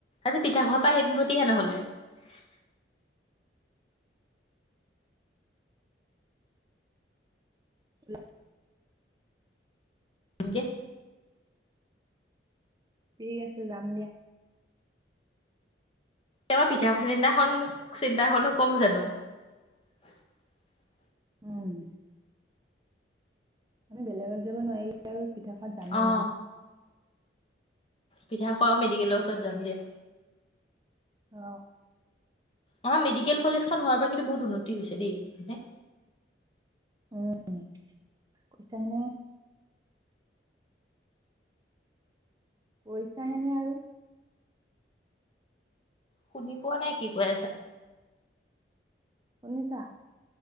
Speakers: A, on the left; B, on the right.
A: আজি পিঠা খোৱা প পৰা স গতিহে নহ'লে <unintelligible>
B: উ
A: নিকে
B: ঠিক আছে যাম দিয়া
A: আমাৰ পিঠা চিন্তাখনন চিন্তাখননো কম জানো <unintelligible>
B: উম আমি বেলেগ যাব নোৱাৰিলি আৰু পিঠাাত যামেই
A: অ
B: ন
A: পিঠা খোৱা মেডিকেলৰ ত যাম দিয়া
B: আহ
A: আমাৰ মেডিকেল কলেজখন হোৱাৰ পৰা কিন্তু বহুত উন্নতি হৈছে দেই এে
B: উম কৈছাাহনেে কৈছাাহেনে আৰু
A: শুনি পোৱা নাই কি কৈ আছা
B: শুনিছা